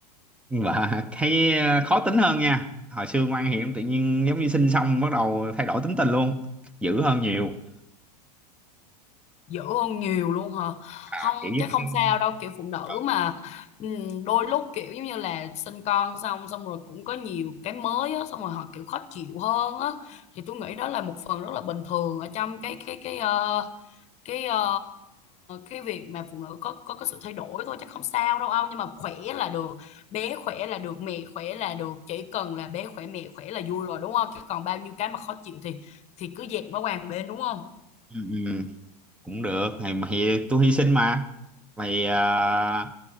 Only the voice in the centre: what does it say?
và thấy ờ, khó tính hơn nha hồi xưa ngoan hiền tự nhiên giống như sinh xong bắt đầu thay đổi tính tình luôn dữ hơn nhiều
à,
kiểu giống
như
ờ,
ừ, ừ, cũng được thì, mà thì tôi hy sinh mà mày à,